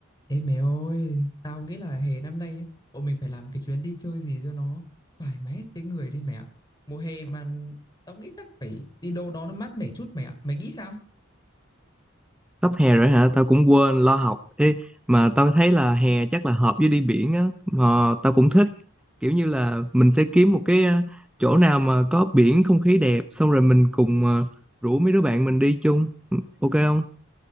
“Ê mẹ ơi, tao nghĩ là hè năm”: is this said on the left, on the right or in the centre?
Left